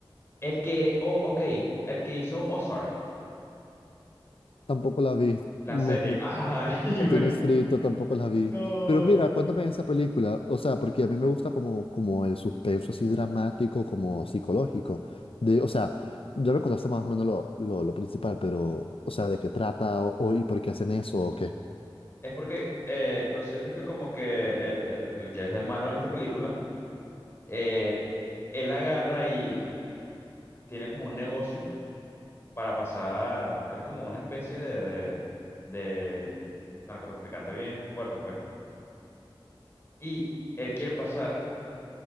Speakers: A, on the left; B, on the left.
A: El que, oh, ok, el que hizo Ozark,
B: tampoco la vi.
A: la
B: Me,
A: serie.
B: me,
A: Ay, <laughs>
B: me
A: bueno,
B: tienes frito, tampoco la vi.
A: no.
B: Pero mira, cuéntame esa película. O sea, porque a mí me gusta como, como el suspenso así dramático, como psicológico. De, o sea, ya me contaste más o menos lo, lo, lo principal, pero, o sea, ¿de qué trata o, o- y por qué hacen eso o qué?
A: Es porque eh, lo cierto es que como que eh, el, el que es el malo en esta película, eh, él agarra y tiene como un negocio para pasar, él es como una especie de, de, de narcotraficante bien fuerte, pues. Y él quiere pasar